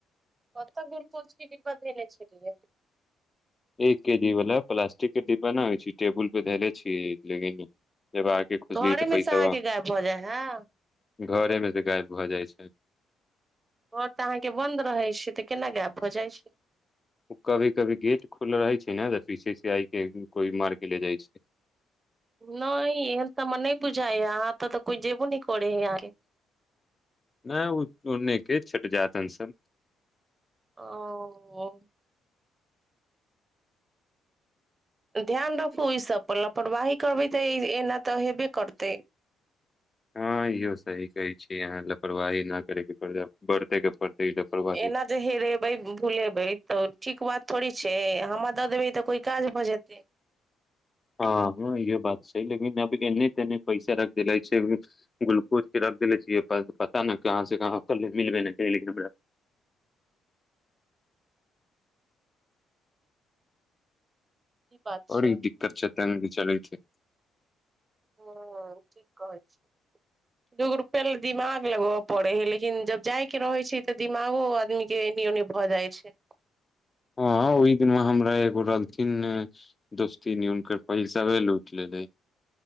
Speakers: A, on the right; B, on the left.
A: कतऽ दूर पहुच की कि बाद झ छलिय
B: एक के जी वला प्लास्टिक के डिब्बा नहि होइ छै टेबुल पे धले छीये लेकिन जब आके खोजली
A: घरेमे
B: तऽ पैसा
A: से अहाँके गायब भऽ जाइ हइ
B: घरे मे से गायब भऽ जाइ छै
A: घर तऽ अहाँके बंन्द रहै छै तऽ केना गायब भऽ जाइ छै
B: कभी कभी गेट खुल रहे छै ने तऽ पीछे से आइ के कोइ मार के ले जाइ छै
A: नही एहन तऽ हमरा नहि बुझाय ह यहाँ त तऽ कोइ जेबो न करे है ये अहाँ के
B: नहि ओने के छट जातन सब
A: ओ ध्यान रखू ई सब पर लापरवाही करबै तऽ एना तऽ हेबे करतै
B: हँ इहो सही कहे छी अहाँ लापरवाही न करे के पड़त बढ़ते के पड़ते लापरवाही
A: एना जे हेरेबै भुलेबै तऽ ठीक बात थोड़ी छै हमरा दऽ देबै तऽ कोई काज भऽ जेतै
B: हँ हँ इह बात छै लेकिन अभ एने तेने पैसा रख दे छै ग्लूकोजके रख देले छियै पता नहि कहाँसँ कहाँ के मिलबे ने छै लेकिन हमरा
A: ई बात
B: बरि
A: छै
B: दिक्कत च‌ तंगि मे भी चलै छै
A: हँ ठीक कहै छियै
B: <inaudible>
A: दूगो रुपया ल दिमाग लगबय पड़े है लेकिन जब जाय के रहे छै तऽ दिमागो आदमी जे एनी ओनी भऽ जाइ छै
B: हँ ओहि दिनमे हमरा एगो रहलथिन दोस्ती न उनके पैसा वे ल उठल रहै